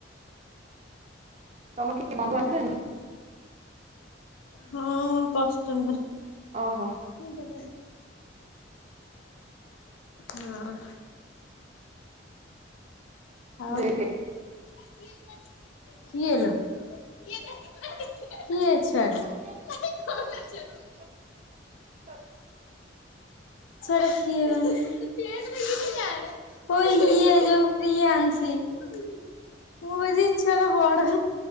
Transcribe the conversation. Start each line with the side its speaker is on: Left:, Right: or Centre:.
Right: ତମର କିଏ ବନ୍ଧୁ ଆସିଲେଣି କି?
Left: ହଁ ମୋ କଷ୍ଟମ୍ବର।
Right: ଓହୋ।
Left: <unintelligible> ହଁ। <inaudible> ଆଉ
Right: ଦେଖେ
Left: <inaudible> କିଏ ଲୋ। କିଏ
Right: <unintelligible>
Left: ଏ ଛୁଆଟା? ଛୁଆଟା କିଏ ସେଟା କିିଏ କହନି। ଓ ଇଏ ଯଉ ପ୍ରିଆ। ମୁଁ କହୁଚି ଏଇ ଛୁଆଟା ବଡ।